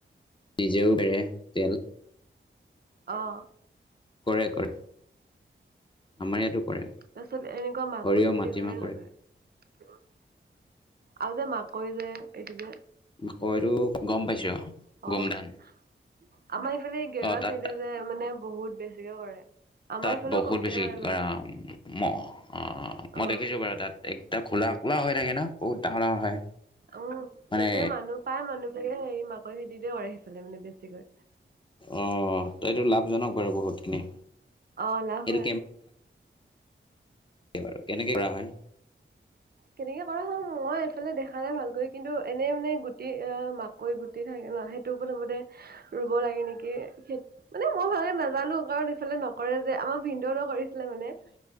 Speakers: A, on the left; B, on the right.
A: <unintelligible> নিজেও পেৰে তেল
B: অহ
A: কৰে কৰে আমাৰ ইয়াতো কৰে
B: তাৰ পিছত এনেকুৱা মাকৈ
A: সৰিয়হ
B: খেতি
A: মাটিমাহ
B: কৰে নে নকৰে আও যে মাকৈ যে এইটো যে
A: হয়টো গম পাইছো গোমধান
B: অহ আমাৰ এইফালে গেৰুৱা
A: অ তাত
B: চাইডে যে মানে বহুত বেছিকে কৰে আমাৰ
A: তাত
B: ইফালেও
A: বহুত
B: কমকে
A: বেছি কৰে
B: বাৰু
A: অ মহ অ অ মই
B: অ'।
A: দেখিছো বাৰু তাত একদম কোলা কোলা হৈ থাকে ন বহুত ডাঙৰ ডাঙৰ হয়
B: অহ
A: মানে
B: গোটেই মানুহ প্ৰায় মানুহবোৰে হেৰি মাকৈ খেতিকে কৰে সেইফালে মানে বেছিকৈ
A: অহ তই এইটো লাভজনক বাৰু বহুতখিনি
B: অহ লাভ
A: এইটো
B: হয়
A: কেনেকে বাৰু কেনেকে কৰা হয়
B: কেনেকে কৰা হয় মই এইফালে দেখা নাই ভালকৈ কিন্তু এনেই মানে গুটি আহ মাক কৈ গুটি থাকে ন সেইটো প্ৰথমতে ৰুব লাগে নেকি সেই মানে মই ভালকে নাজানো কাৰণ এইফালে নকৰে যে আমাৰ ভিনদেউহতে কৰিছ কৰিছিলে মানে